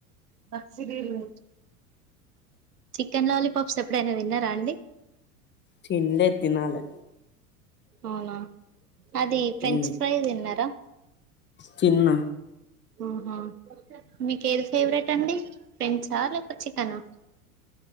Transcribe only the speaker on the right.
నర్సరీలు చికెన్ లాలీపాప్స్ ఎప్పుడైనా తిన్నారా అండి
అవునా అది ఫ్రెంచ్
ప్రైస్ తినరా
ఆహ మీకు ఏది ఫేవరెట్ అండి ఫ్రెంచ్ టా లేకపోతే చికెన్ ఆ